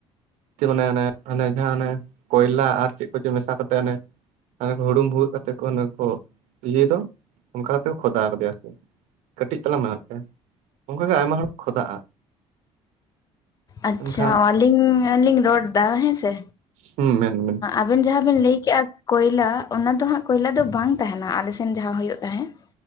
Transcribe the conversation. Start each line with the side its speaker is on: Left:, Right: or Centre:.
Right: ᱢᱟᱱᱮ ᱚᱱᱮ ᱡᱟᱦᱟᱸ ᱚᱱᱮ ᱠᱚᱭᱞᱟ ᱟᱨ ᱪᱮᱫ ᱠᱚᱪᱚ ᱢᱮᱥᱟ ᱠᱟᱛᱮ ᱚᱱᱮ ᱦᱩᱲᱩᱝ ᱵᱷᱣᱟᱹᱜ ᱠᱟᱛᱮᱮᱫ ᱠᱚ ᱚᱱ ᱠᱚ ᱤᱭᱟᱹᱭ ᱫᱚ ᱚᱱᱠᱟ ᱠᱟᱛᱮ ᱠᱚ ᱠᱷᱚᱫᱟ ᱟᱠᱟᱫᱮᱭᱟ ᱟᱨᱠᱤ᱾ ᱠᱟᱹᱴᱤᱡ ᱪᱚᱞᱟᱝ ᱢᱮᱱᱟᱜ ᱛᱟᱭᱟ ᱚᱱᱠᱟ ᱜᱮ ᱟᱭᱢᱟ ᱦᱚᱲ ᱠᱚ ᱠᱷᱚᱫᱟᱜᱼᱟ᱾
Left: ᱟᱪᱪᱷᱟ
Right: ᱮᱱᱠᱷᱟᱱ
Left: ᱟᱹᱞᱤᱧ ᱦᱚᱞᱤᱧ ᱨᱚᱲ ᱮᱫᱟ ᱦᱮᱸᱥᱮ
Right: ᱦᱩᱸ ᱢᱮᱱ ᱵᱮᱱ
Left: ᱟᱵᱮᱱ ᱡᱟᱦᱟᱸ ᱵᱮᱱ ᱞᱟᱹᱭᱠᱮᱜᱼᱟ ᱠᱚᱭᱞᱟ ᱚᱱᱟ ᱫᱚ ᱦᱟᱸᱜ ᱠᱚᱭᱞᱟ ᱫᱚ ᱵᱟᱝ ᱛᱟᱦᱮᱱᱟ ᱟᱞᱮᱥᱮᱱ ᱡᱟᱦᱟᱸ ᱦᱩᱭᱩᱜ ᱛᱟᱦᱮᱸᱫ᱾